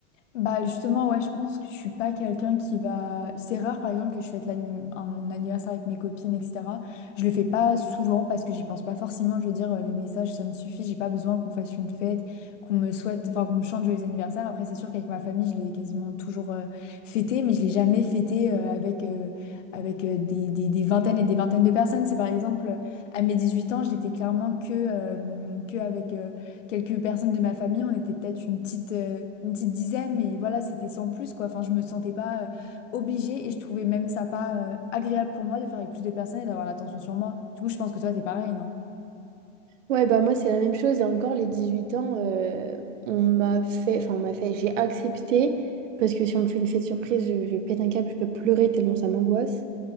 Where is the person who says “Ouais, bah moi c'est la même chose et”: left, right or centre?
Right